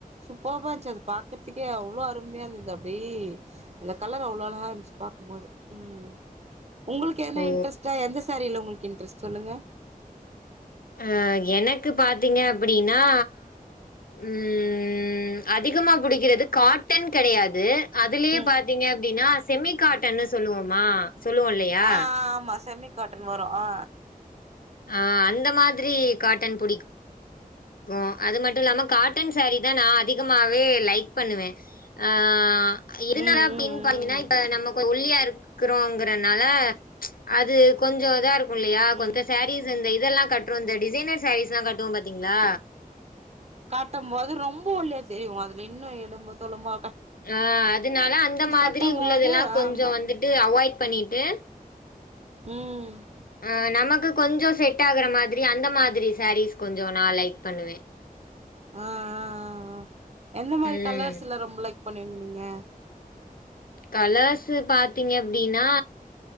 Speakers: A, on the right; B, on the left.
A: சூப்பப்பா இன்ச்சு அது பாக்றதுக்கே அவ்ளோ அருமையா இருந்தது அப்டீ அந்த கலர் அவ்ளோ அழகா இருன்ச்சிப்பா பாக்கும் போது ம் உங்ளுக்கு எதன
B: ஓ
A: இன்ட்ரஸ்டா எந்த சேரில உங்ளுக் இன்ட்ரெஸ்ட் சொல்லுங்க
B: ஆ எனக்கு பாத்தீங்க அப்டின்னா ம் அதிகமா புடிக்றது காட்டன் கெடையாது அதுலே
A: ம்
B: பாத்தீங்க அப்டின்னாஸ் செமிகாட்டன்னு சொல்லுவோமா சொல்லுவோ இல்லையா
A: ஆ ஆ ஆமா செமி காட்டன் வரு ஆ
B: ஆ அந்த மாதிரி காட்டன் புடிக்கு கா அது மட்டூ இல்லாம காட்டன் சேரி தா நா அதிகமாவே லைக் பண்ணுவே ஆ இருந்தாலா
A: ம் ம்
B: பின் பாத்தீங்கன்னா இப்ப நம்ம கொ ஒல்லியா இருக்குறோங்கறனால அது கொஞ்சோதா இருக் முல்லயா
A: ம்
B: கொந்த
A: ம்
B: சேரீஸ் இந்த இதெல்லா கட்றோ இந்த டிசைனர் சேரீஸ்ல்லா கட்டுவோ பாத்தீங் ந்தா
A: காட்டம் போது ரொம்ப ஒல்லியா தெரிவோ அதுல இன்னு எலும்பூ தோலுமா
B: ஆ அதுனால அந்த மாதிரி
A: கட்டும்
B: உள்ளதெல்லா
A: போது
B: கொஞ்சோ
A: ஆமா
B: வந்திட்டு அவாய்ட் பண்ணீட்டு
A: ம்
B: ஆ நமக்கு கொஞ்சோ செட் ஆகுற மாதிரி அந்த மாதிரி சேரீஸ் கொஞ்சோ நா லைக் பண்ணுவே
A: ஆ ஆ ஆ ஆ எந்த மாரி
B: ம்
A: கலர்ஸ்ல்லா ரொம்ப லைக் பண்ணுவீங்க நீீங்க
B: கலர்ஸ் பாத்தீங்க அப்டின்னா